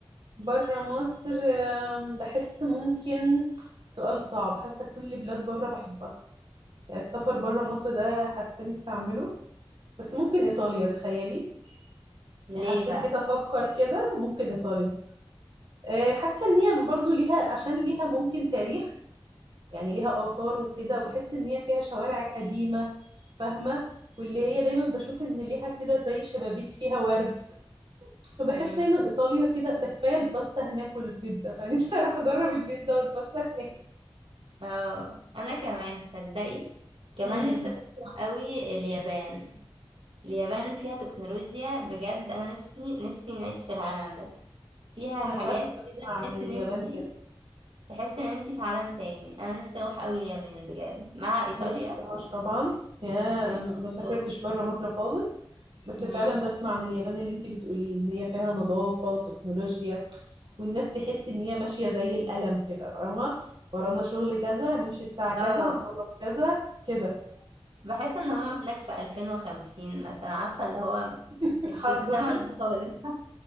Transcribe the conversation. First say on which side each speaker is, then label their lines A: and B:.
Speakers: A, on the right; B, on the right.
A: بره مصر آم، بحس ممكن سؤال صعب حاسة كل بلاد بره بحبها يعني السفر بره مصر ده حاسة نفسي اعمله بس ممكن ايطاليا تخيلي
B: ليه
A: يعني حسيت جيت افكر كده ممكن ايطاليا آه، حاسة ان هي برضو ليها عشان ليها ممكن تاريخ يعني ليها آثار وكده وبحس إن هي فيها شوارع قديمة فاهمة واللي هي دايما بشوف إن ليها كده زي شبابيك فيها ورد فبحس
B: بقى
A: دايما إيطاليا كده ده كفاية الباستا هناك والبيتزا فنفسي <laughs> أروح أجرب البيتزا والباستا هناك
B: اه انا كمان تصدقي كمان
A: امم
B: نفسي اسافر قوي اليابان اليابان فيها تكنولوجيا بجد انا نفسي نفسي نعيش في العالم ده فيها
A: أنا
B: حاجات
A: فعلا بسمع
B: كده
A: عن
B: تحس ان
A: اليابان
B: انت
A: كده
B: تحس ان انت في عالم تاني انا نفسي اروح قوي اليابان بجد مع ايطاليا
A: ما رحتهاش طبعا يا
B: انا
A: ما
B: ما رحتهاش
A: سافرتش بره مصر خالص بس
B: أمم.
A: فعلا بسمع عن اليابان اللي انت بتقوليه ان هي فيها نظافة وتكنولوجيا والناس تحس ان هي ماشية زي القلم كده فاهمة ورانا شغل كذا نمشي الساعة
B: اه
A: كذا هنخلص كذا كده
B: بحس ان هم هناك في 2050 مثلا عارفه اللي هو
A: <laughs>
B: مش
A: حصل
B: في الزمن ده خالص